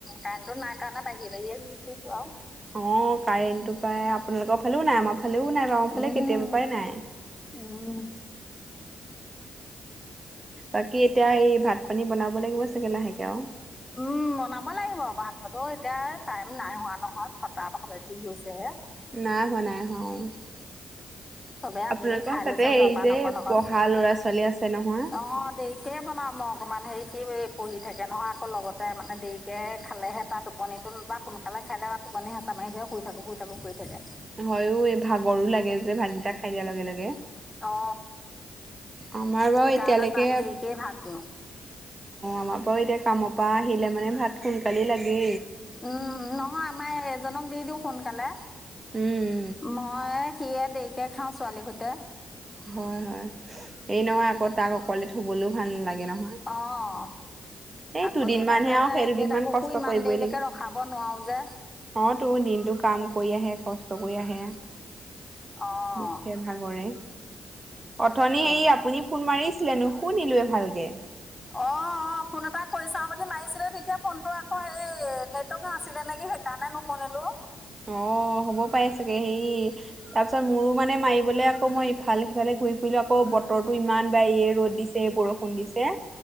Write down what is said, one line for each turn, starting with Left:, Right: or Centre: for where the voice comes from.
Left: কাৰেণ্টটো নাই কাৰণে বাঢ়ি বাঢ়ি। সজো আৰু <inaudible>
Right: অ' কাৰেণ্টটো পাই আপোনালোকৰ ফালেও নাই আমাৰ ফালেও নাই বাৰু ফালে
Left: উম
Right: কেতিয়াবা পৰাই নাই
Left: উম
Right: বাকী এতিয়া এই ভাত পানী বনাব লাগিব চাগে লাহেকে আৰু
Left: উম বনাব লাগিব ভাত বাতো এতিয়া টাইম নাই হোৱা নহয় ছটাাহি বাজি গৈছেহে।
Right: নাই হোৱা নাই হ। আপোনালোকৰ
Left: চবে আবেলি খাই লৈছে
Right: তাতে হেৰি
Left: জলপান
Right: যে
Left: অকণ অকণ
Right: পঢ়া লৰা ছোৱালী আছে নহয়।
Left: অ 'দেৰিকে বনাও মই অকণমান হেৰি সি পঢ়ি থাকে নহয় আকৌ লগতে মানে দেৰিকৈ খালেহে তাত টোপনিটো বা সোনকালে খালে তাত। পানী হেচাঁমাৰি ধৰি শুই থাকো শুই থাকো ঘূৰি থাকে।
Right: হয়ো এই ভাগৰো লাগে যে ভাতকেইটা খাই দিয়াৰ লগে লগে।
Left: অ
Right: আমাৰ বাৰু
Left: সেইকাৰণে
Right: এতিয়ালৈকে
Left: তাক
Right: অ',
Left: দেৰিকেই ভাত দিওঁ
Right: আমাৰ বাৰু এতিয়া কামৰ পৰা আহিলে মানে ভাত সোনকালে লাগে।
Left: উম, নহয় আমাৰ এজনক দি দিওঁ সোনকালে।
Right: উম
Left: মই, সিয়ে দেৰিকে খাও ছোৱালী সৈতে।
Right: হয় হয়, হেই নহয় আকৌ তাক অকলে থবলৈও ভাল নালাগে। নহয়।
Left: অ'।
Right: এই
Left: আকৌ
Right: দুদিনমানহে
Left: দেউতাকে,
Right: আৰু সেই দুদিনমান
Left: দেউতাককো
Right: কষ্ট
Left: ইমান
Right: কৰিবই
Left: দেৰিলৈকে
Right: লাগিব।
Left: ৰখাব নোৱাৰো যে।
Right: অ', তো দিনতটো কাম কৰি আহে, কষ্ট কৰি আহে,
Left: অ',
Right: দুখে ভাগৰে অথনি
Left: উম,
Right: হে আপুনি ফোন মাৰিছিলে, নুশুনিলোয়ে ভালকে।
Left: অ', অ', ফোন এটা কৰি চাও বুলি মাৰিছিলো, তেতিয়া ফোনটো আকৌ হে, নেটৱৰ্ক নাছিলে নেকি। সেইকাৰণে নুশুনিলো।
Right: অ', হ'ব পাই চাগে হেৰি, তাৰপিছত মোৰো মানে মাৰিবলে আকৌ মই ইফালে সিফালে ঘুৰি ফুৰিলো, আকৌ বতৰটো ইমান বাৰে ৰ'দ দিছে বৰষুণ দিছে।